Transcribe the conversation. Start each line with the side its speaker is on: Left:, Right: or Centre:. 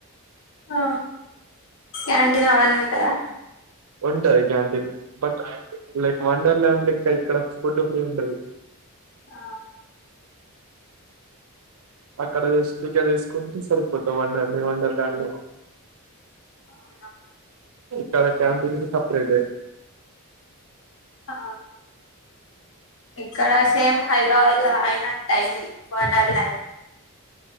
Left: ఆ క్యాంటీన్ అవని ఉ టాయి
Right: ఉంటది canteen but like wonderland లేక్క ఇక్కడ ఫుడ్ ఫ్రీ ఉండాది
Left: ఆ
Right: అక్కడ తీసి ఇక్కడ తీసుకుంటే సరి కొత్త బండి వద్దు ఏమనలే బండి
Left: అవునా
Right: ఇక్కడ క్యాంటీన్ కి సపరేట్
Left: ఆ ఇక్కడ అస సేమ్ హైదరాబాద్ ల అయినట్టు అయింది వండర్ లాండ్